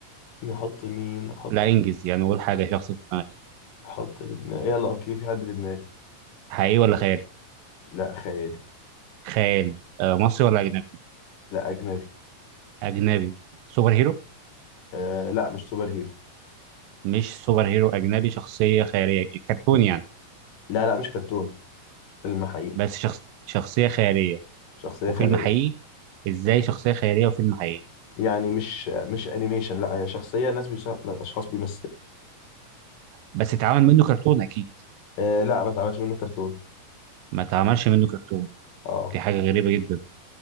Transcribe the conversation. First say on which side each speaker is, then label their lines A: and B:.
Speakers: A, on the left; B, on the right.
A: نحط مين احط
B: لا انجز يعني قول حاجه شخص في دماغك
A: احط في دماغي يلا اوكي في حد في دماغي
B: حقيقي ولا خيالي
A: لا خيالي
B: خيالي آه مصري ولا اجنبي
A: لا اجنبي
B: اجنبي سوبر هيرو
A: آه لا مش سوبر هيرو
B: مش سوبر هيرو اجنبي شخصيه خياليه كرتون يعني
A: لا لا مش كرتون فيلم حقيقي
B: بس شخص شخصيه خياليه
A: شخصيه
B: وفيلم
A: خياليه
B: حقيقي ازاي شخصيه خياليه وفيلم حقيقي
A: يعني مش مش انيميشن لا هي شخصيه ناس بيش... اشخاص بيمثلوا
B: بس اتعمل منه كرتون اكيد
A: آه لا ما اتعملش منه كرتون
B: ما اتعملش منه كرتون
A: اه
B: دي حاجه غريبه جدا